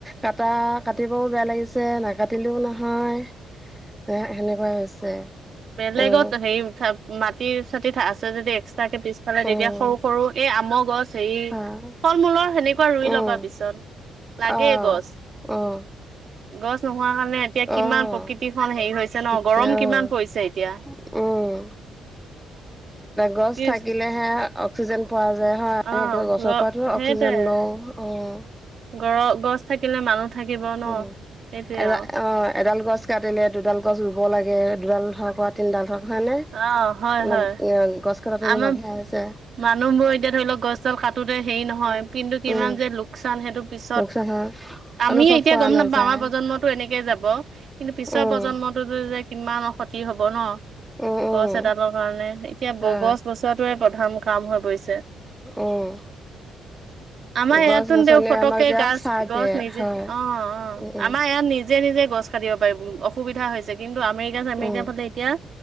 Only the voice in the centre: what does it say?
কাটা, কাটিবও বেয়া লাগিছে নাকাটিলেও নহয় সেনেকুৱা হৈছে।
উম
উম
হয়
উম
অ,
উম,
অ'
তেতিয়া
অ'
উম গছ
থাকিলেহে অক্সিজেন পোৱা যায় হয়
গছৰ পৰাইটো
অক্সিজেন লওঁ। অ'
উম,
এডাল
অ', এডাল গছ কাটিলে দুডাল গছ ৰুব লাগে দুডাল ধৰা তিনিডাল ধৰা ইমান
গছ কটাটো
বাধাই আছে।
উম
উম
লোকচান হয়
অনুভৱ
কৰা
নাযায়
উম
উম উম
হয়
উম।
গছ গছনিয়ে
আমাক এতিয়া
চাই দিয়ে
হয়
উম উম
উম